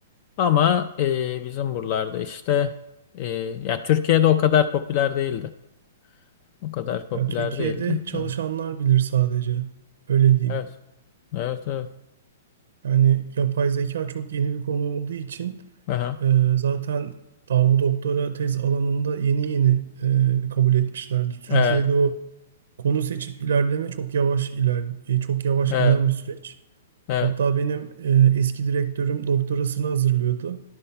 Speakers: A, on the left; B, on the right.
A: Ama e, bizim buralarda işte e, ya Türkiye'de o kadar popüler değildi. O kadar popüler
B: Ya, Türkiye'de
A: değildi.
B: çalışanlar
A: Evet.
B: bilir sadece. Öyle diyeyim.
A: Evet, evet. evet.
B: Yani yapay zeka çok yeni bir konu olduğu için
A: Aha.
B: e, zaten daha bu doktora tez alanında yeni yeni e, kabul etmişlerdi. Türkiye'de
A: Evet,
B: o konu seçip ilerleme çok yavaş iler, e, çok yavaş
A: evet,
B: giden bir süreç.
A: evet.
B: Hatta benim e, eski direktörüm doktorasını hazırlıyordu.